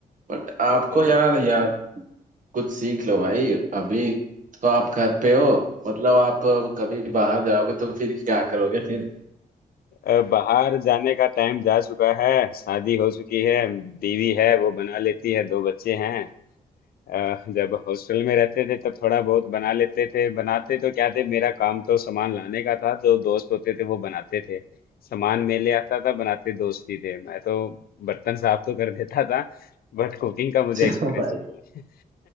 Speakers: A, on the right (about 55°); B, on the left (about 75°).
A: बट आपको
B: ओके
A: यार यार कुछ सीख लो भाई अभी तो आप घर पे हो मतलब आप कभी बाहर जाओगे तो फिर क्या करोगे फिर
B: अ, बाहर जाने का टाइम जा चुका है शादी हो चुकी है बीवी है वो बना लेती है दो बच्चे हैं अ, जब हॉस्टल में रहते थे तब थोड़ा बहुत बना लेते थे बनाते तो क्या थे मेरा काम तो सामान लाने का था जो दोस्त होते थे वो बनाते थे सामान मैं ले आता था बनाते दोस्त ही थे मैं तो बर्तन साफ तो कर देता था बट कुकिंग का
A: <laughs>
B: मुझे
A: चलो
B: एक्सपीरियंस
A: भाई
B: नहीं